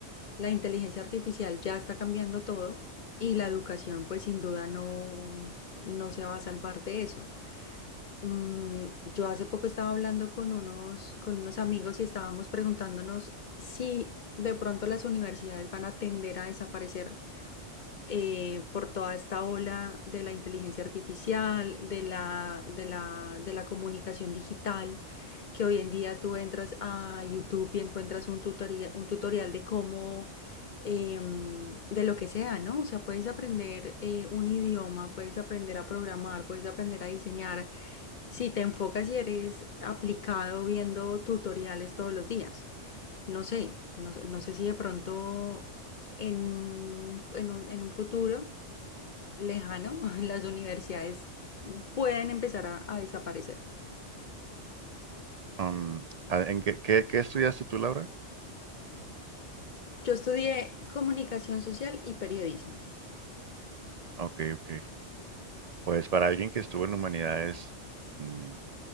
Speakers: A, on the left; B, on the right.
A: la inteligencia artificial ya está cambiando todo y la educación, pues sin duda no, no se va a salvar de eso. Mm, yo hace poco estaba hablando con unos, con unos amigos y estábamos preguntándonos si de pronto las universidades van a tender a desaparecer eh, por toda esta ola de la inteligencia artificial, de la, de la, de la comunicación digital, que hoy en día tú entras a YouTube y encuentras un tutoria un tutorial de cómo, em, de lo que sea, ¿no? O sea, puedes aprender eh, un idioma, puedes aprender a programar, puedes aprender a diseñar, si te enfocas y eres aplicado viendo tutoriales todos los días. No sé, no, no sé si de pronto en, en un, en un futuro lejano <laughs> las universidades pueden empezar a, a desaparecer.
B: Am, ¿a- ¿en qué, qué, qué estudiaste tú, Laura?
A: Yo estudié comunicación social y periodismo.
B: Ah, Ok, ok. Pues para alguien que estuvo en humanidades, mm,